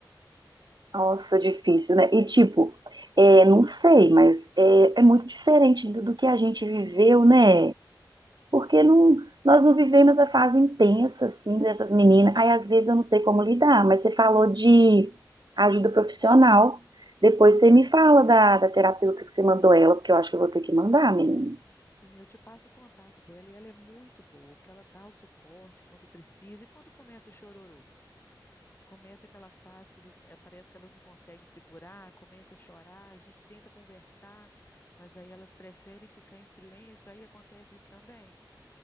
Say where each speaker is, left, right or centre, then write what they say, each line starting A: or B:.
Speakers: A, on the right; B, on the left.
A: nossa, difícil, né? E tipo, é, não sei, mas é, é muito diferente do, do que a gente viveu, né? Porque não, nós não vivemos a fase intensa, assim, dessas meninas. Aí às vezes eu não sei como lidar, mas você falou de ajuda profissional. Depois você me fala da, da terapeuta que você mandou ela, porque eu acho que eu vou ter que mandar, menina.
B: Sim, eu te passo o contato dela e ela é muito boa, porque ela dá o suporte quando precisa e quando começa o chororô, que começa aquela fase que eles, eh, parece que elas não conseguem segurar, começa a chorar, a gente tenta conversar, mas aí elas preferem ficar em silêncio, aí acontece isso também.